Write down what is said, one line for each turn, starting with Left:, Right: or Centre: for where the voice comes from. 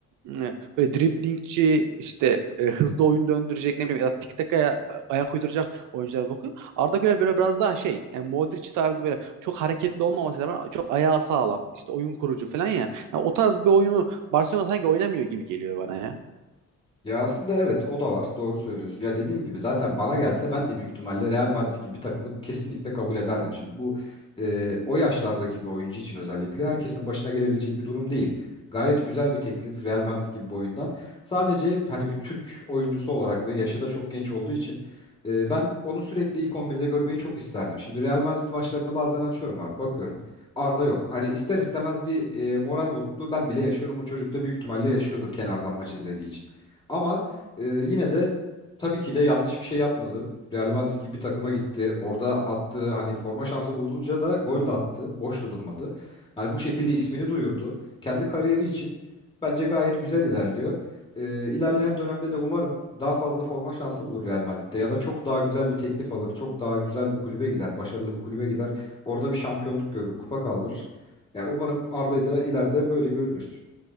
Right: e, böyle driblingçi işte e, hızlı oyun döndürecek ne bileyim ya da tiki takaya ayak uyduracak oyunculara bakıyor. Arda Güler böyle biraz daha şey yani Modric tarzı böyle çok hareketli olmaması lazım çok ayağı sağlam. işte oyun kurucu falan ya. Yani o tarz bir oyunu Barcelona sanki oynamıyor gibi geliyor bana ya.
Left: Ya aslında evet o da var. Doğru söylüyorsun. Ya dediğim gibi zaten bana gelse ben de büyük ihtimalle Real Madrid gibi bir takımı kesinlikle kabul ederdim. Şimdi bu e, o yaşlardaki bir oyuncu için özellikle herkesin başına gelebilecek bir durum değil. Gayet güzel bir teklif Real Madrid gibi bir oyundan. Sadece hani bir Türk oyuncusu olarak ve yaşı da çok genç olduğu için e, ben onu sürekli ilk 11'de görmeyi çok isterdim. Şimdi Real Madrid maçlarını bazen açıyorum abi bakıyorum. Arda yok. Hani ister istemez bir e, moral bozukluğu ben bile yaşıyorum. O çocuk da büyük ihtimalle yaşıyordur kenardan maç izlediği için. Ama e, yine de tabii ki de yanlış bir şey yapmadı. Real Madrid gibi bir takıma gitti. Orada attığı hani forma şansı bulduğunca da gol de attı. Boş da durmadı. Hani bu şekilde ismini duyurdu. Kendi kariyeri için bence gayet güzel ilerliyor. E, ilerleyen dönemde de umarım daha fazla forma şansı bulur Real Madrid'de ya da çok daha güzel bir teklif alır. Çok daha güzel bir kulübe gider. Başarılı bir kulübe gider. Orada bir şampiyonluk görür, kupa kaldırır. Yani umarım Arda'yı da ileride böyle görürüz.